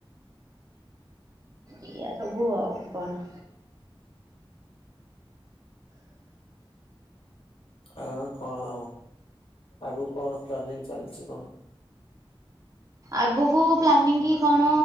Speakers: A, on the right; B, on the left.
A: ଏଇଆ ସବୁ ଆଉ କଣ।
B: ଆଉ କଣ, ଆଗୁକୁ କଣ ପ୍ଲାନିଂ ଚାଲିଛି କଣ?
A: ଆଗୁକୁ ପ୍ଲାନିଂ କଣ